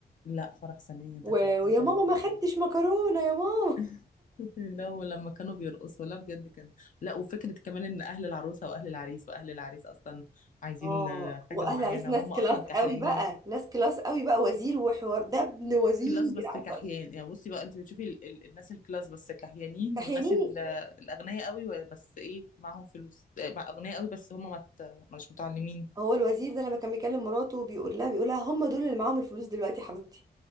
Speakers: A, on the left; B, on the right.
A: لا فرح ثانية ده
B: و...
A: كان
B: ويا
A: حاجة
B: ماما
A: يعني
B: ما خدتش مكرونة يا ماما
A: <laughs> لا ولما كانوا بيرقصوا لا بجد كان لا وفكرة كمان ان اهل العروسة واهل العريس واهل العريس اصلا عايزين
B: اه
A: آه،
B: واهل
A: حاجة معينة
B: عريس ناس
A: وهم اصلا
B: كلاس
A: كحيانين
B: قوي بقى ناس كلاس قوي بقى وزير وحوار ده ابن وزير
A: كلاس بس
B: عارفة
A: كحيان يعني بصي بقى انت بتشوفي ال ال الناس الكلاس بس كحيانين
B: تحيانين
A: والناس ال- الاغنياء قوي و- بس ايه معاهم فلوس آه، بقى اغنياء قوي بس هم مت مش متعلمين
B: هو الوزير ده لما كان بيكلم مراته بيقول لها بيقول لها هم دول اللي معاهم الفلوس دلوقتي يا حبيبتي